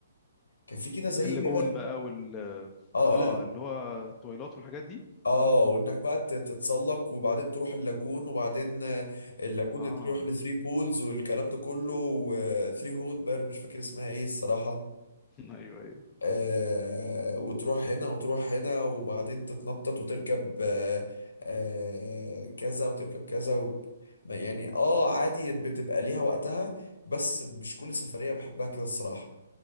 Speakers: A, on the left; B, on the left.
A: كان في كده زي
B: اللاجون
A: جبل
B: بقى وال
A: اه
B: اه
A: لا
B: اللي هو التويلات والحاجات دي
A: اه وانك بقى تت- تتسلق وبعدين تروح اللاجون وبعدين آه، اللاجون
B: اه
A: تروح لثري بولز والكلام ده كله وثري هول بقى أنا مش فاكر اسمها ايه الصراحة
B: <laughs> ايوه ايوه
A: آه وتروح هنا وتروح هنا وبعدين تتنطط وتركب آه آه كذا وتركب كذا و... ما- يعني اه عادي بتبقى ليها وقتها بس مش كل سفرية بحبها كده الصراحة